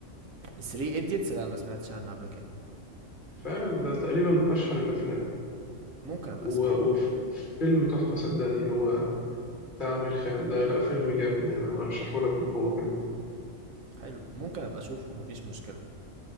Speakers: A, on the right; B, on the left.
A: 3 ايديتس لا ما سمعتش عنه قبل كده
B: فعلا ده تقريبا اشهر الافلام
A: ممكن ابقى
B: و-
A: اسمعه
B: وفيلم تحفه صدقني هو بتاع عامر خان ده لا فيلم جامد يعني انا ارشحه لك بقوه كمان
A: حلو ممكن ابقى اشوفه مفيش مشكله